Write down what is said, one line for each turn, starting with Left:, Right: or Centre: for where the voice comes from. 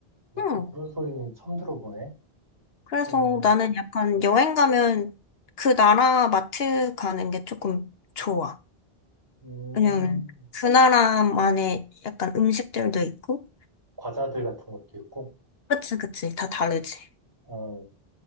Right: 근데
Left: 응.
Right: 또 그런 소리는 처음 들어보네.
Left: 그래서
Right: 그러면,
Left: 나는 약간
Right: 어,
Left: 여행 가면 그 나라 마트 가는 게 조금 좋아.
Right: 음,
Left: 왜냐면 그 나라만의 약간 음식들도 있고.
Right: 과자들 같은 것도 있고,
Left: 그치, 그치. 다 다르지.
Right: 어,